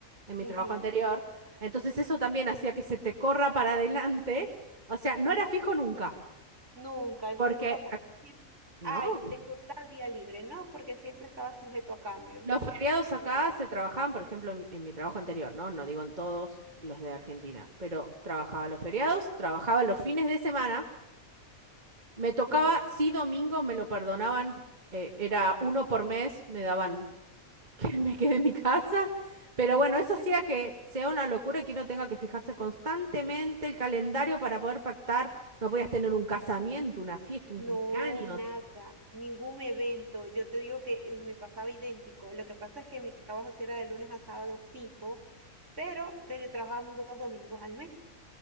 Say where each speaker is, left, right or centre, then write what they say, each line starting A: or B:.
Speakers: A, on the right; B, on the right.
A: en mi
B: ujú.
A: trabajo anterior, entonces eso también hacía que se te corra para adelante, o sea, no era fijo nunca,
B: Nunca, entonces
A: porque...
B: nunca puedes decir,
A: ¿No?
B: ay, tengo tal día libre, no, porque siempre estaba sujeto a cambio.
A: Los feriados
B: Es
A: acá
B: verdad.
A: se trabajaban, por ejemplo, en, en mi trabajo anterior, ¿no? No digo en todos los de Argentina, pero trabajaba los feriados, trabajaba los fines de semana, me tocaba,
B: Mm.
A: sí, domingo me lo perdonaban, eh, era uno por mes, me daban <laughs> que me quede en mi casa, pero bueno, eso
B: <laughs>
A: hacía que sea una locura y que uno tenga que fijarse constantemente el calendario para poder pactar, no podías tener un casamiento, una fiesta, un
B: No,
A: cumpleaños.
B: nada, ningún evento. Yo te digo que eh, me pasaba idéntico. Lo que pasa es que mi trabajo sí era de lunes a sábado fijo, pero teletrabajábamos dos domingos al mes.